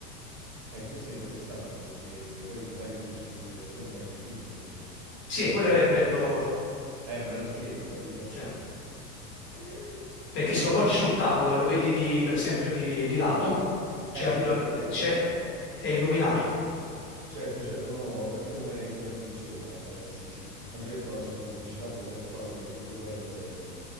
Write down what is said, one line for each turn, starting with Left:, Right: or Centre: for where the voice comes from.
Right: Eh, questo è interessante perché poi magari uno ci può vedere per esempio anche film così.
Left: Sì,
Right: Perché
Left: e quello è bello,
Right: insomma, è un bello schermo, capito?
Left: sì. Eh, perché se lo poggi sul tavolo e lo vedi di- per esempio di, di lato, cioè,
Right: Eh
Left: capito,
Right: sì,
Left: eh,
Right: chiaramente.
Left: c'è- è illuminato.
Right: Certo, certo, no, no, ma ho capito come, come funziona. eh, sì, sì, anche perché ho visto una pubblicità poco tempo fa, quindi ho capito qual è il modello.